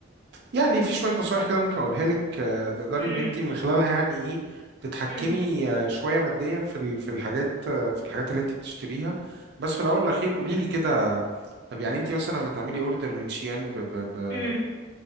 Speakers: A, on the right; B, on the left.
A: يعني في شوية نصايح كده ممكن أقولها لك آه، تقدري
B: امم
A: إن أنت من خلالها يعني إيه تتحكمي
B: امم
A: آه، شوية ماديا في ال- في الحاجات آه، في الحاجات اللي أنت بتشتريها بس في الأول والأخير قولي لي كده طب يعني أنت مثلا لما تعملي أوردر من شيان ب ب ب
B: امم